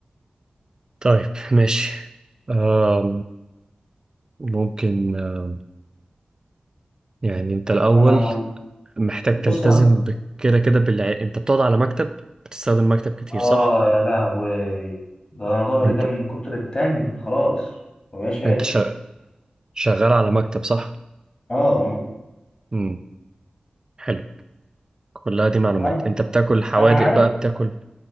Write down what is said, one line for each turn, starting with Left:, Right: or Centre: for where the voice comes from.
Right: طيب <laughs> ماشي آه ممكن آه، يعني انت الاول
Left: انا
Right: محتاج
Left: بص
Right: تلتزم ب- كده كده بالع... انت بتقعد على مكتب بتستخدم مكتب كتير
Left: اه
Right: صح
Left: يا لهوي ده انا ظهري
Right: انت
Left: ده من كتر التاني خلاص مبقاش قادر
Right: انت شا- شغال على مكتب صح
Left: اه اه
Right: امم حلو كلها دي معلومات
Left: انا
Right: انت بتاكل حوادق
Left: انا عارف
Right: بقى بتاكل